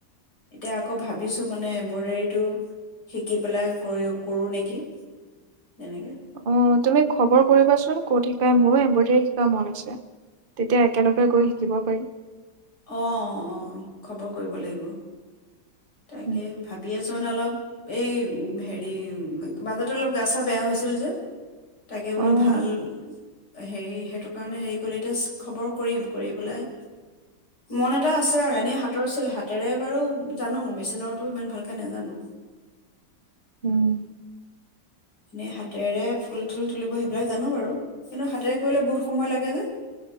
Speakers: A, on the left; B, on the right.
A: এতিয়া আকৌ ভাবিছোঁ মানে এম্ব্ৰইডোৰীটো <unintelligible> শিকি পেলাই কৰি কৰো নেকি তেনেকে
B: অ' তুমি খবৰ কৰিবাচোন। ক'ত শিকাই মোৰো এম্ব্ৰডাৰৰী শিকা মন আছে। তেতিয়া একেলগে গৈ শিকিব পাৰি।
A: অ' অ'খবৰ কৰিব লাগিব। তাকে
B: উম,
A: ভাবি আছো মানে অলপ এই হেৰি মাজতে অলপ গা চা বেয়া হৈছিল যে। তাকে
B: অ',
A: বোলো ভাল। হেৰি সেইটো কাৰণে হেৰি কৰিলি এতিয়া খবৰ কৰিম কৰি পেলাই এনেই মন এটা আছে আৰু এনে হাতৰছিল হাতেৰে বাৰু জানো মেচিনৰতো ইমান ভালকে নাজানো
B: উম,
A: এনেই হাতেৰে ফুল থুল তুলিব সেইবিলাক জানো বাৰু কিন্তু হাতেৰে কৰিলে বহুত সময় লাগে যে।